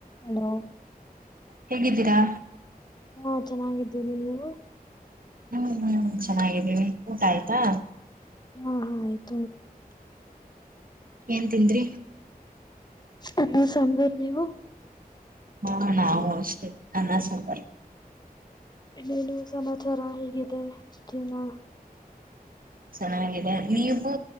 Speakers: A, on the left (about 25°); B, on the right (about 65°).
A: Hello
B: ಹೇಗಿದ್ದೀರಾ
A: ಹಾ ಚೆನ್ನಾಗಿದ್ದೀವಿ ನೀವು
B: ಹ್ಮ್ ಹ್ಮ್ ಚೆನ್ನಾಗಿದ್ವಿ ಊಟ ಆಯ್ತಾ
A: ಹಾ ಹಾ ಆಯ್ತು
B: ಏನ್ ತಿಂದ್ರಿ
A: ಅನ್ನ ಸಾಂಬಾರ್ ನೀವು
B: ಹೂ ನಾವು ಅಷ್ಟೇ ಅನ್ನ ಸಾಂಬಾರ್
A: ಇನ್ನೇನು ಸಮಾಚಾರ ಹೇಗಿದೆಜೀವನ
B: ಚೆನ್ನಾಗಿದೆ ನೀವು